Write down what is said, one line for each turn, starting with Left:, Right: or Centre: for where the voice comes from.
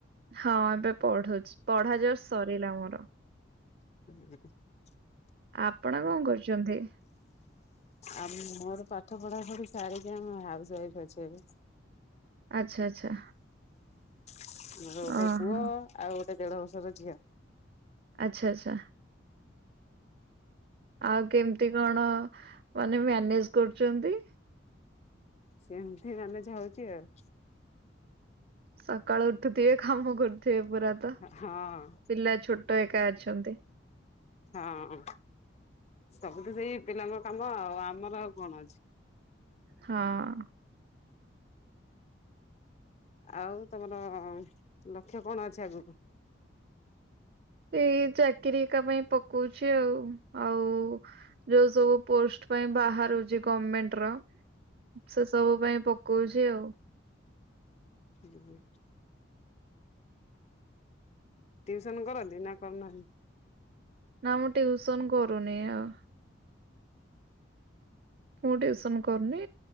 Right: ହଁ ଏବେ ପଢୁଛି ପଢା ଜଶ୍ ସରିଲା ମୋର।
Left: <unintelligible>
Right: ଆପଣ କଣ କରୁଛନ୍ତି?
Left: ଆଉ ମୋର ପାଠ ପଢା ପଢି ସାରିକି ଆମ ହାଉସ୍ ୱାଇଫ ଅଛି ଏବେ।
Right: ଆଚ୍ଛା ଆଚ୍ଛା।
Left: ମୋର ଗୋଟେ
Right: ଓହୋ
Left: ପୁଅ ଆଉ ଗୋଟେ ଦେଢ ବର୍ଷର ଝିଅ।
Right: ଆଚ୍ଛା ଆଚ୍ଛା। ଆଉ କେମିତି କଣ ମାନେ ମ୍ୟାନେଜ କରୁଛନ୍ତି?
Left: ସେମିତି ମାନେ ହୋଉଛି ଆଉ।
Right: ସକାଳୁ ଉଠୁଥିବେ କାମ କରୁଥିବେ ପୁରା ତ
Left: ହଁ
Right: ପିଲା ଛୋଟ ଏକା ଅଛନ୍ତି।
Left: ହଁ ସବୁତ ସେଇ ପିଲାଙ୍କ କାମ ଆଉ ଆମର କଣ ଅଛି।
Right: ହଁ
Left: ଆଉ ତମର ଲକ୍ଷ୍ୟ କଣ ଅଛି ଆଗକୁ?
Right: ଏଇ ଚାକିରି କା ପାଇଁ ପକଉଛି ଆଉ ଆଉ ଯୋଉ ସବୁ ପୋଷ୍ଟ ପାଇଁ ବାହାରୁଛି ଗମେଣ୍ଟ ର। ସେ ସବୁ ପାଇଁ ପକଉଛି ଆଉ।
Left: <inaudible> ଟିଉସନ କରନ୍ତି ନା କରୁନାହା
Right: ନା ମୁଁ ଟିଉସନ କରୁନି ଆଉ। ମୁଁ ଟ୍ୟଉସନ କରୁନି